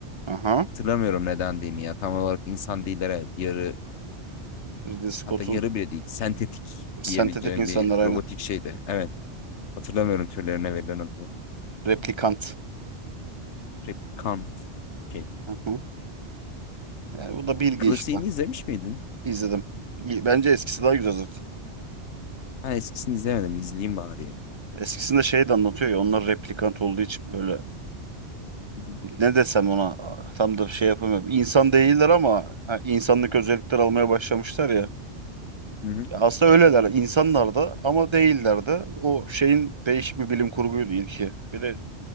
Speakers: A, on the right (about 45°); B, on the left (about 75°).
A: Aha.
B: Hatırlamıyorum nedendiğini ya. Tam olarak insan değil evet. Yarı
A: Ridley Scott'un
B: hatta yarı bile değil. Sentetik
A: sentetik
B: diyebileceğim
A: insanlar
B: bir
A: aynen.
B: robotik şeydi. Evet hatırlamıyorum türlerine verilen adını.
A: Replikant.
B: Replicant. Kay.
A: Aha. Yani bu da bilgi
B: Klasiğini
A: işte.
B: izlemiş miydin?
A: İzledim. İyi- Bence eskisi daha güzel zaten.
B: Ha eskisini izlemedim. İzleyeyim bari ya.
A: Eskisinde şey de anlatıyor ya onlar replikant olduğu için böyle
B: Hı hı.
A: ne desem ona tam da şey yapamıyorum. İnsan değiller ama ha, insanlık özellikler almaya başlamışlar ya.
B: Hı hı.
A: Ya aslında öyleler insanlar da ama değiller de. O şeyin değişik bir bilim kurguydu ilki. Bir de